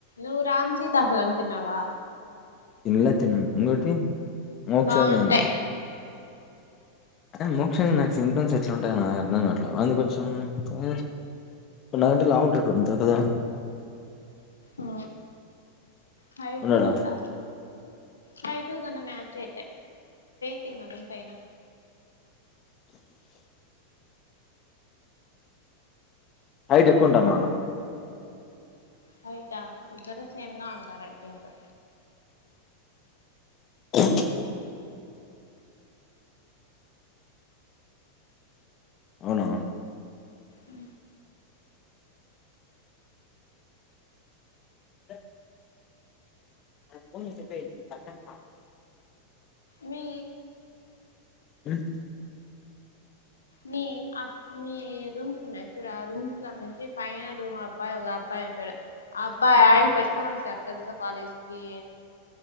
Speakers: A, on the left; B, on the left.
A: ను్వు రామ్జీతాఫలం తిన్నవా
B: తినలా తినను ఉంటి మోక్షక్షాయి
A: బాగుంటాయి
B: నేను ఇ ఆ మోక్షాంగా నాకు సిమ్టమ్స్ ఎట్లా ఉంటాయ నాకు అర్థం కాట్లో అందు కొంచెం కొ నాకంటే లాంగ్ ట్ర్రిప్ ఎంత కదా
A: ఆ హై
B: ఉన్నాడా?
A: టూ అట్లా హై్ టూ కన్నా మచ్ చే చేతందడు పైనా
B: హైట్ ఎక్కువంటామా
A: హైట్ ఆ ఇద్దరు సేమ్ గా ఉంటారుయితే ఇంకా
B: ఆ అవునా
A: అ
B: దా పూమిపోయి పత పా
A: మీ
B: ఉమ్
A: మీ ఆ మీ రూమ్స్న్నాయితు రా రూమ్స్ లో నుంచి పైన రూమ్ అబ్బాయి ఒక అబ్బాయి ఉంటాడు ఆ అబ్బాయి ఆయిల్ పెట్టుకుొని వస్తారు తెలుసా కాలేజీకిి